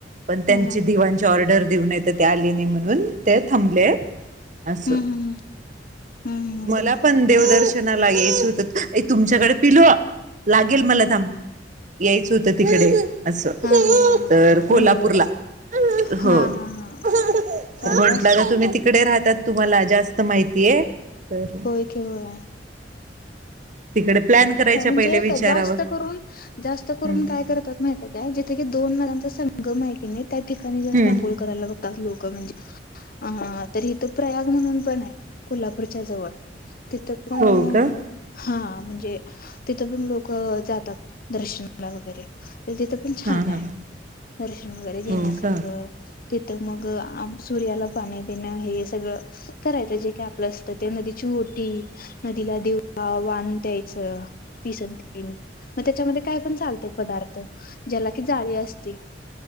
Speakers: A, on the right; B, on the left.
A: पण त्यांची
B: हा हा
A: दिवांची ऑर्डर देऊन येते ते आले नाही म्हणून ते थांबले असं
B: हम्म हम्म हम्म हम्म
A: मला पण देव दर्शन मला यायचं होत तुमच्याकडे पिलू लागेल मला थांब यायचं होतं तिकडे असं
B: हा हा हा
A: तर
B: हा
A: कोल्हापूरला
B: होय हा
A: हो
B: हा हा
A: म्हंटलं
B: चाललं असतं
A: आता तुम्ही
B: की
A: तिकडे राहतात तुम्हाला जास्त माहितीय. तरी
B: होय की होय
A: तिकडे प्लॅन करायच्या
B: हे बघा
A: विचारावं
B: जास्त करून जास्त करून
A: हम्म
B: काय करतात माहिती आहे का जिथे दोन नद्यांचा संगम गम है की नही त्या ठिकाणी जास्त
A: हम्म
B: आंघोळ करायला बघतात लोक म्हणजे अ तर इथं प्रयाग म्हणून पण आहे कोल्हापूरच्या जवळ तिथं पण
A: हो का
B: हा म्हणजे, तिथं पण लोकं जातात दर्शनाला वगैरे तिथं पण छान
A: हा हा
B: आहे दर्शन वगैरे घेण्यासारखं!
A: हो का
B: तिथं मग सूर्याला पाणी देणं.. हे सगळं <inaudible> करायचं... जे काय आपलं असतं ते नदी चीओटी नदीला द्या आ-वाण द्यायचं. अं-तीस अन <inaudible> मं त्याच्यामध्ये काय पण चालतंय पदार्थ ज्याला कि जाळी असते